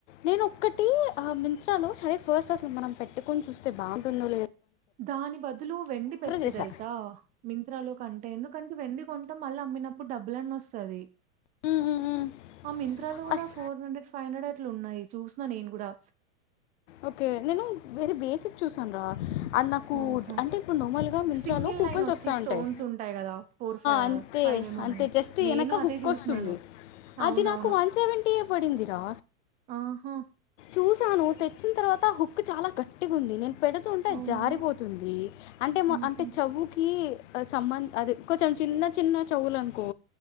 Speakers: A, on the left; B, on the right.
A: నేను ఒక్కటి ఆ మింత్రాలో సరే ఫస్ట్ అసలు మనం పెట్టుకొని చూస్తే బాగుంటుందో లే
B: దాని బదులు వెండి పెస్త
A: చేశా.
B: తెలుసా మింత్రాలో క అంటే ఎందుకంటే వెండి కొంటాం మళ్ళీ అమ్మినప్పుడు డబ్బులన్న వస్తుంది
A: హ్మ్. హ్మ్. హ్మ్.
B: ఆ మింత్రాలు కూడా
A: అస్
B: ఫోర్ హండ్రెడ్ ఫైవ్ హండ్రెడ్ లు ఉన్నాయి చూసిన నేను కూడా
A: ఓకే నేను బసిక్ చూసాన రా అది నా కూ
B: ఆహా!
A: అంటే ఇప్పుడు నమలుగా మింత్రాలో
B: సింగిల్
A: కూపెన్స్
B: లైన్ ఒచ్చి
A: వస్తా
B: స్టోన్స్
A: ఉంటాయి
B: గదా!
A: అంతే
B: ఆహ్, ఏమోనున్నాయి.
A: అంతే జస్ట్
B: నేను
A: వెనక
B: అదే
A: హుక్
B: చూసినాను.
A: వస్తుంది
B: అవునవును.
A: అది నాకు వన్ సెవెంటీ ఏ పడిందిరా
B: ఆహా!
A: చూసాను తెచ్చిన తర్వాత హుక్ చాలా గట్టిగా ఉంది నేను పెడుతుంటే
B: అవునా?
A: జారిపోతుంది అంటే
B: హుహు.
A: మా అంటే చవుకి సంబంధ అదిే కొంచెం చిన్న చిన్న చెవులు అనుకో